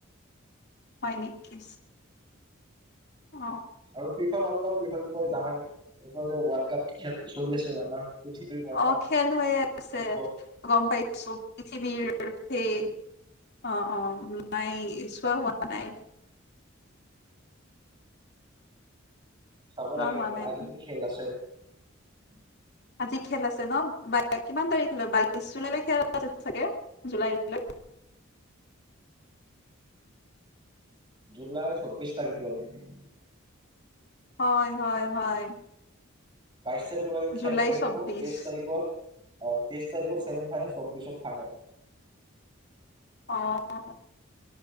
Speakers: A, on the left; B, on the right.
A: হয় নেকি? অ
B: আৰু ফিচা বিষয়ত কিবা জানা নেকি ইফালে ৱাৰ্ল্ড কাপ খেল চলি আছে আমাৰ পৃথিৱীৰ ৱৰ্ল্ড কাপ
A: অ খেল হৈ আছে
B: ফুটবল
A: গম পাইছো পৃথিৱীৰ সেই অ অ নাই চোৱা হোৱা নাই
B: চাব
A: চোৱা
B: লাগে
A: হোৱা
B: বোলে
A: নাই
B: আজিটো খেল আছে উ <unintelligible>
A: আজি খেল আছে নহ কিমান তাৰিখলৈ বাইছ জুলাই লৈকে আৰু খেল চাগে জুলাই এবিলাক
B: জুলাই ছব্বিশ তাৰিখ লৈকে
A: হয় হয় হয়
B: বাইশ তাৰিখলৈ
A: জুলাই
B: খেল খেলব
A: চৌব্বিশ
B: তেইশ তাৰিখত অ তেইছ তাৰিখত ছেমি ফাইনেল চব্বিশত ফাইনেল।
A: অহ